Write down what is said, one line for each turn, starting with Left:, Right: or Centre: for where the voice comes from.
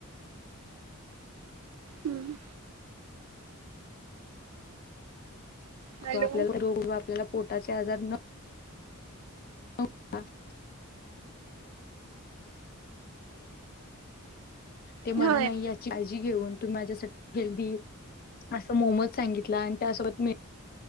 Right: हम्म! हॅलो
Left: तो आपल्या बरोबर आपल्याला, पोटाचे आजार न <unintelligible> ते मना
Right: होय
Left: नाही, याची काळजी घेऊन तुम्ही माझ्यासाठी हेल्दी अस मोमज सांगित आणि त्या सोबत